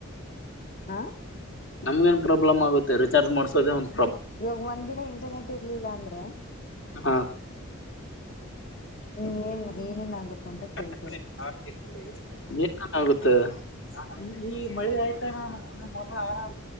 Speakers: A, on the left (about 40°); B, on the left (about 60°).
A: ಹಾ
B: ನಮಗೇನ ಪ್ರಾಬ್ಲಮ್ ಆಗುತ್ತೆ ರಿಚಾರ್ಜ್ ಮಾಡಸೋದೇ ಒಂದು
A: ಇವಾಗ ಒಂದ್ ದಿನ ಇಂಟರ್ನೆಟ್ ಇರ್ಲಿಲ್ಲ ಅಂದ್ರೆ <unintelligible>
B: ಹಾ <unintelligible>
A: ಇನ್ ಏನ್ ಏನೇನ್ ಆಗುತ್ತೆ ಅಂತ ಕೇಳ್ತಿರೋದು
B: ಈ ಈ ಮಳೆ ಆಯ್ತಾ <unintelligible> ಆರ